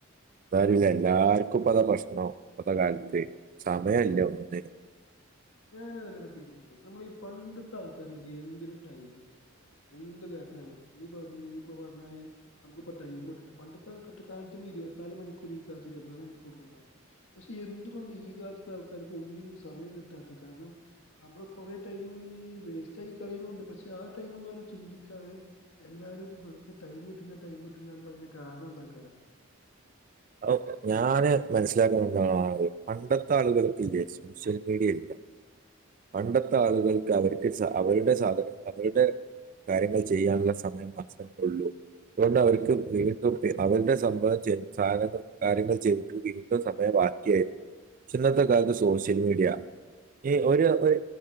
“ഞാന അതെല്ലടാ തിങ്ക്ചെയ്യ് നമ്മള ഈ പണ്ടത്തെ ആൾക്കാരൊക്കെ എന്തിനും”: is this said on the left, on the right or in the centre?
Left